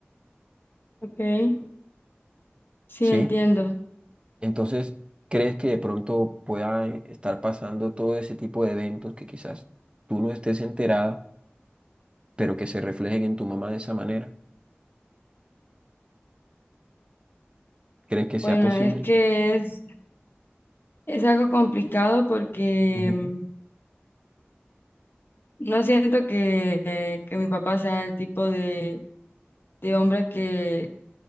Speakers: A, on the left; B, on the right.
A: okay sí,
B: ¿sí?
A: entiendo.
B: Entonces, ¿crees que de pronto puedan estar pasando todo ese tipo de eventos que quizás tú no estés enterada, pero que se reflejen en tu mamá de esa manera? ¿Crees que
A: Bueno,
B: sea posible?
A: es que es, es algo complicado porque...
B: Ujú,
A: em, No siento que, eh, que mi papá sea el tipo de, de hombre que,